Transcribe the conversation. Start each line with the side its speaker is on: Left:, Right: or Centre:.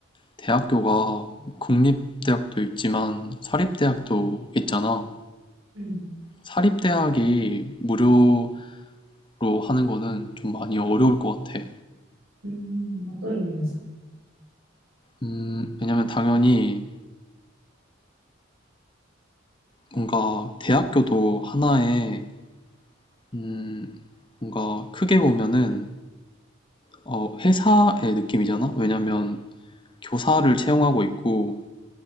Left: 대학교가 국립대학도 있지만 사립대학도 있잖아.
Right: 응,
Left: 사립대학이 무료로 하는 거는 좀 많이 어려울 것 같아.
Right: 음, 어떤 이유에서?
Left: 음, 왜냐면 당연히 뭔가 대학교도 하나의, 음, 뭔가 크게 보면은 어, 회사의 느낌이잖아? 왜냐면 교사를 채용하고 있고